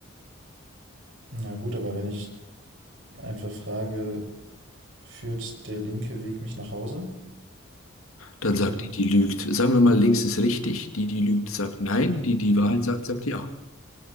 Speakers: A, on the right; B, on the left.
A: na gut, aber wenn ich einfach frage, führt der linke Weg mich nach Hause?
B: Dann
A: Dann.
B: sagt die, die lügt. Sagen wir mal, links ist richtig. Die, die lügt, sagt nein. Die, die Wahrheit sagt, sagt ja.